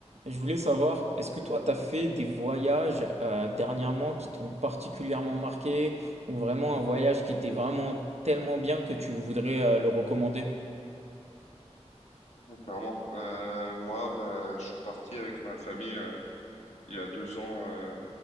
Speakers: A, on the right; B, on the left.
A: Je voulais savoir, est-ce que toi, tu as fait des voyages euh, dernièrement qui t'ont particulièrement marqué ou vraiment un voyage qui était vraiment tellement bien que tu voudrais euh, le recommander?
B: Ouais, Clairement. Euh, moi, bah, je suis parti avec ma famille euh, il y a deux ans euh,